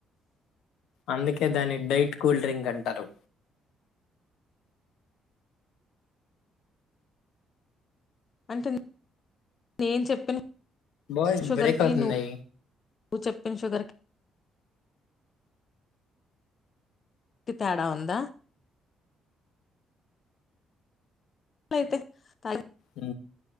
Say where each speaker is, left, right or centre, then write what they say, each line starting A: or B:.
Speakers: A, on the left; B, on the left.
A: అందుకే దాన్ని డైట్ కూల్డ్రింక్ అంటరు
B: అంటెన్ నేను చెప్పిన
A: బాయ్స్
B: షుగరికి
A: బ్రేక్ అవుతుంది
B: నువ్ చెప్పిన షుగర్ కి కి తేడా ఉంద లయితే తాయి
A: ఊ